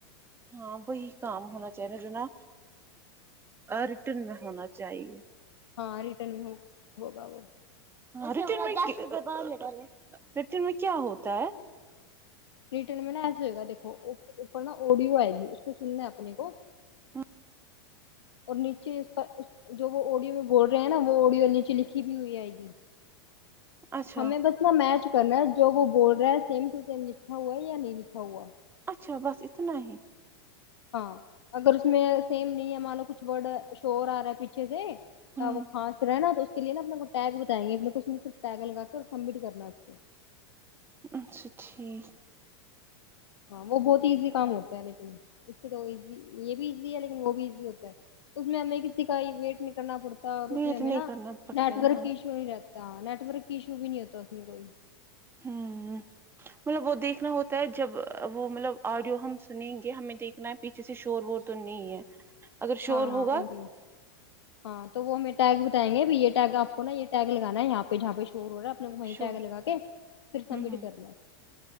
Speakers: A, on the right; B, on the left.
A: ہاں وہی کام ہونا چاہیے نا جو نا ریٹرن میں ہونا چاہیے
B: ہاں ریٹرن میں ہو ہوگا وہ
A: ہاں میں ریٹرن میں کیا ہوتا ہے
B: ریٹرن میں نا ایسے ہوئے گا دیکھو او اوپر نا آڈیو آئے گی اس کو سننا ہے اپنے کو
A: <inaudible>
B: اور نیچے اس پر جو وہ اوڈیو میں بول رہے ہیں نا وہ اوڈیو اور نیچے لکھی بھی ہوئی آئے گی
A: اچھا
B: ہمیں بس نا میچ کرنا ہے جو وہ بول رہا ہے سیم ٹو سیم لکھا ہوا ہے یا نہیں لکھا ہوا
A: اچھا بس اتنا ہی
B: ہاں اگر اس میں سیم نہیں ہے مان لو کچھ ورڈ شور آ رہا ہے پیچھے سے
A: ہوں
B: وہ خاس رہے نا تو کے لی نا اپنے کو ٹیگ بتائیں گے اپنے کو اس میں صرف ٹیگ لگا کے اور سبمٹ کرنا اس کو
A: اچھا ٹھیک
B: ہاں وہ بہت ایزی کام ہوتا ہے لیکن اس سے تو ایزی یہ بھی ایزی ہے لیکن وہ بھی ایزی ہوتا ہے تو میں ہمیں کسی کا بھی ویٹ نہیں کرنا پڑتا اور اس
A: ویٹ
B: میں ہمیں
A: نہیں
B: نا
A: کرنا پڑتا
B: نیٹ
A: ہے
B: ورک
A: ہاں
B: ایش نہیں رہتا نیٹ ورک ایشو بھی نہیں ہوتا اس میں کوئی
A: ہوں مطلب وہ دیکھنا ہوتا ہے جب وہ مطلب آڈیو ہم سنیں گے ہمیں دیکھنا ہے پیچھے سے شور وور تو نہیں ہے اگر شور
B: ہاں ہاں
A: ہوگا
B: آڈیو ہاں تو وہ ہم ٹیگ بتایں گے یہ ٹیگ آپ کو نا یہ ٹیگ لگانا یہ پہاں پہ شو ور رہا اپنا وہیں
A: شور
B: ٹیگ لگا کے پھر سبمٹ
A: ہوں ہوں
B: کرنا ہے